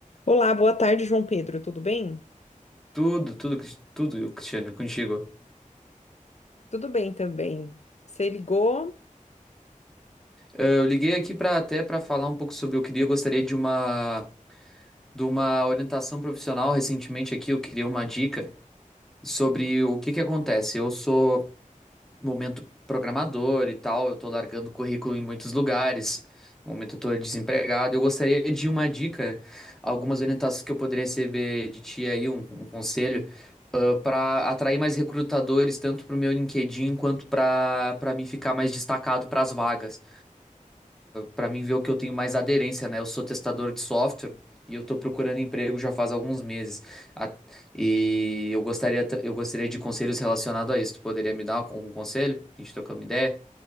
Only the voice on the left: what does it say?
Olá, boa tarde, João Pedro. Tudo bem?
Tudo bem também. Você ligou?